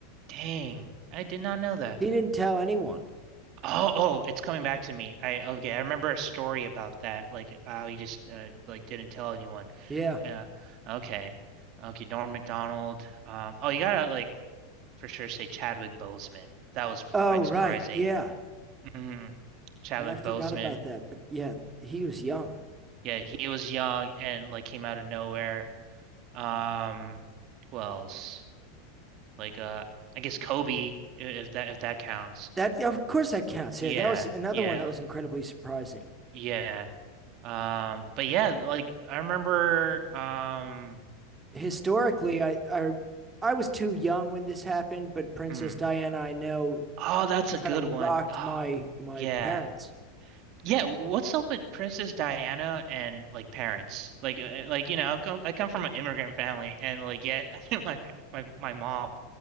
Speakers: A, on the right; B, on the right.
A: dang, I did not know that.
B: He didn't tell anyone.
A: Oh, oh, it's coming back to me. I okay, I remember a story about that. Like, how he just uh, like didn't tell anyone.
B: Yeah.
A: Uh, okay, okay, Norm Macdonald. Um, oh, you gotta like for sure say Chadwick Boseman. That was
B: Oh,
A: quite
B: right.
A: surprising.
B: Yeah.
A: hmm Chadwick
B: Yeah, I forgot
A: Boseman.
B: about that. But yeah, he was young.
A: Yeah, he was young and like came out of nowhere. Um, who else? Like uh I guess Kobe i- if that if that counts.
B: That of course that counts.
A: Yeah,
B: Yeah, that was another
A: yeah,
B: one that was incredibly surprising.
A: yeah. Um, but yeah, like I remember um
B: Historically, I I, I was too young when this happened, but Princess
A: mm.
B: Diana, I know,
A: Oh, that's a
B: kind
A: good
B: of
A: one.
B: rocked
A: Oh,
B: my my
A: yeah.
B: parents.
A: Yeah, what's up with Princess Diana and like parents? Like, uh, like you know, I come, I come from an immigrant family, and like, yeah, <laughs> my pa- my my mom,